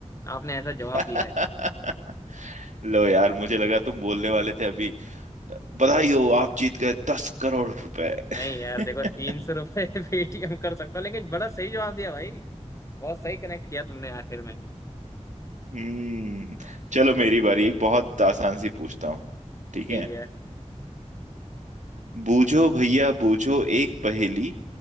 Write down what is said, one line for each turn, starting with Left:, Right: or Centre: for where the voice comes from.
Left: आपने ऐसा
Right: <laughs>
Left: जवाब दिया है
Right: लो यार मुझे लगा तुम बोलने वाले थे अभी बधाई हो आप जीत गए दस करोड़ रुपए
Left: नहीं
Right: <laughs>
Left: यार देखो तीन सौ रुपये <laughs> पेटीएम कर सकता हूँ लेकिन बड़ा सही जवाब दिया भाई बहुत सही कनेक्ट किया तुमने आखिर में
Right: हम्म चलो मेरी बारी एक बहुत आसान सी पूछता हूँ ठीक
Left: ठीक
Right: है
Left: है
Right: बूझो भैया बूझो एक पहेली